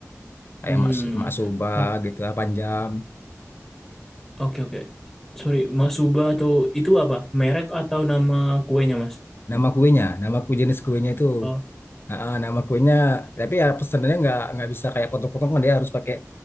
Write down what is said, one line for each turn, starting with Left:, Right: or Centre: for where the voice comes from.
Left: Kayak
Centre: Hmm,
Left: mak, mak soba
Centre: Ba-
Left: gitu lah, panjang.
Centre: oke oke. Sorry, Mas Suba atau itu apa? Merek atau nama kuenya, Mas?
Left: Nama kuenya, nama kue jenis kuenya itu.
Centre: Oh,
Left: Ah, ah, nama kuenya, tapi ya pesenannya nggak nggak bisa kayak potong-potong kan dia harus pakai